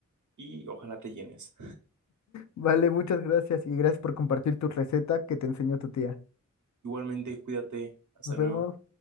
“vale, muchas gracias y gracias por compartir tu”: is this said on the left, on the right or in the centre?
Left